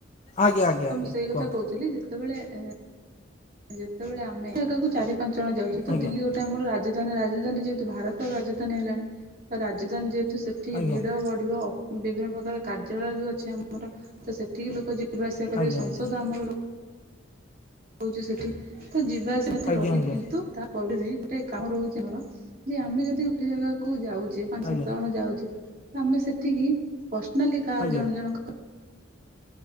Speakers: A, on the left (about 35°); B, on the right (about 45°).
A: ଆଜ୍ଞା ଆଜ୍ଞା
B: ତ
A: ଆଜ୍ଞା
B: ମୁଁ ସେଇ କଥା
A: କୁହନ୍ତୁ
B: କହୁଥିଲି ଯେତବେଳେ ଏହେ। ଯେତେବେଳେ ଆମେ ଜାଗାକୁ ଚାରି ପାଞ୍ଚ ଜଣ ଯାଉଛି ତ
A: ଆଜ୍ଞା
B: ଦିଲ୍ଲୀ ଗୋଟେ ଆମର ରାଜଧାନୀ ରା ରାଜଧାନୀ ଯେହେତୁ ଭାରତର ରାଜଧାନୀ ହେଲାଣି ତ ରାଜଧାନୀ ଯେହେତୁ ସେଠି
A: ଆଜ୍ଞା।
B: ଭିଡ ବଢିବ ଅ ବିଭିନ୍ନ ପ୍ରକାର କାର୍ଯ୍ୟାଳୟ ବି ଅଛି ଆମର ତ ସେଠିକି ଲୋକ ଯି ଯିବା ଆସିବା କର
A: ଆଜ୍ଞା
B: ସଂସଦ
A: ଆଜ୍ଞା।
B: ଆମର ହଉଛି ସେଠି ଯିବାେ
A: ଆଜ୍ଞା
B: ରହିବ
A: ଆଜ୍ଞା।
B: କିନ୍ତୁ ତା ପରେ ବି ଗୋଟେ କାମ ରହୁଛି ଆମର ଯେ ଆମେ ଯଦି ଗୋଟେ ଜାଗାକୁ ଯାଉଛ। ପାଞ୍ଚ
A: ଆଜ୍ଞା।
B: ସାତ ଜଣ ଯାଉଛେ। ଆମେ ସେଠିକି ପର୍ସନାଲି କାହାର
A: ଆଜ୍ଞା।
B: ଜଣେ ଜଣଙ୍କ